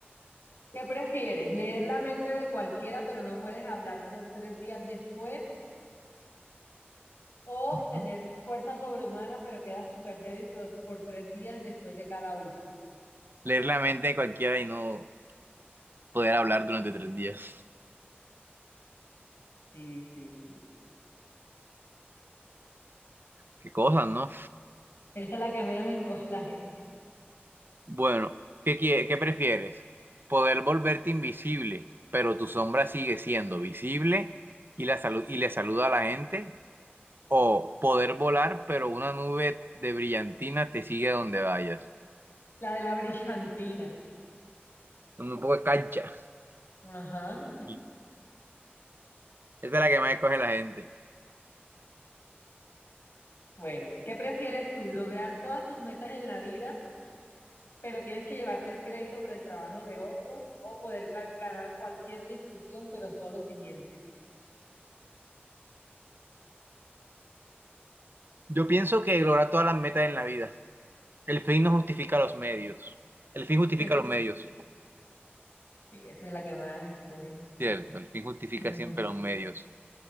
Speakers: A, on the left; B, on the right.
A: ¿Qué prefieres? ¿Leer la mente de cualquiera pero no puedes hablar por tres días después? O
B: Ujú.
A: tener fuerza sobrehumana, pero quedas súper débil por, por tres días después de cada uso.
B: Leer la mente de cualquiera y no poder hablar durante tres días.
A: Sí, sí, sí.
B: Qué cosas, ¿no?
A: Esta es la que menos escoge la gente.
B: Bueno, ¿qué quie- qué prefieres? Poder volverte invisible, pero tu sombra sigue siendo visible y la salu- y le saluda a la gente, o poder volar, pero una nube de brillantina te sigue donde vayas.
A: La de la brillantina.
B: Un poco de cancha.
A: Ajá.
B: Sí. Esta es la que más escoge la gente.
A: Bueno, ¿qué prefieres tú? ¿Lograr todas tus metas en la vida, pero tienes que llevarte el crédito por el trabajo de otros? ¿O poder ca- ganar cualquier discusión, pero solo si mientes?
B: Yo pienso que lograr todas las metas en la vida. El fin no justifica los medios. El fin justifica
A: <laughs>
B: los medios.
A: Sí, esa es la que más escogen.
B: Cierto, el fin justifica
A: Ujú.
B: siempre los medios.